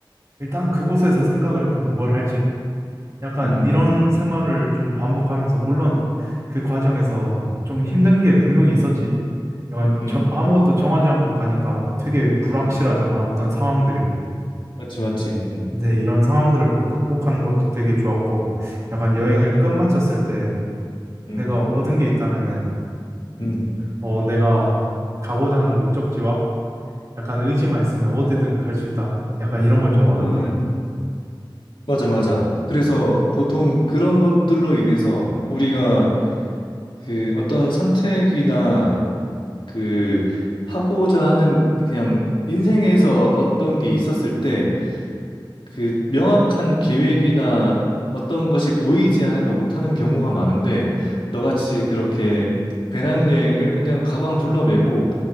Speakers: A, on the right; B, on the left.
A: 일단 그곳에서 생각을 했거든. 뭘 할지. 약간
B: 음,
A: 이런 생활을 좀 반복하면서 물론 그 과정에서 좀 힘든 게 분명히 있었지. 약간
B: 음,
A: 저- 아무것도 정하지 않고 가니까 되게 불확실하잖아,
B: 음.
A: 어떤 상황들이.
B: 맞지, 맞지. 음,
A: 근데 이런 상황들을 뭐 극복하는 것도 되게 좋았고, 약간 여행을
B: 음,
A: 끝마쳤을 때
B: 음,
A: 내가 얻은 게 있다면은,
B: 음.
A: 어, 내가 가고자 하는 목적지와 약간 의지만 있으면 어디든 갈 수 있다. 약간 이런 걸 좀 얻었거든.
B: 음. 맞아, 맞아. 그래서 보통 그런 것들로 인해서 우리가 그 어떤 선택이나 그 하고자 하는 그냥 인생에서 어떤 게 있었을 때 그 명확한 계획이나 어떤 것이 보이지 않으면 못하는 경우가 많은데 너같이 그렇게 배낭여행을 그냥 가방 둘러매고